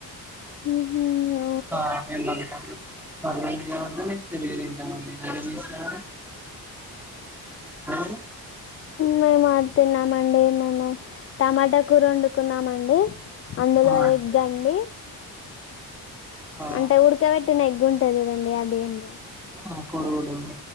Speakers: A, on the left (about 35°); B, in the centre.
A: ఉహు అ
B: ఆ మేము మధ్య మధ్యలో మర్లండి కాబట్టి పెరిగే తింటామండి మీర్ ఏం జేసరు మీరు
A: మేమ తిన్నానండీ మర్ ను టమాటా కూర ఓండుకున్నామండి అందులో
B: ఆ
A: ఎగ్ అండి
B: ఆ
A: అంటే ఉడ్కవేట్టిన ఎగ్ ఉంటది చూడండి అదే అండి
B: ఆ కోడిగుడ్డు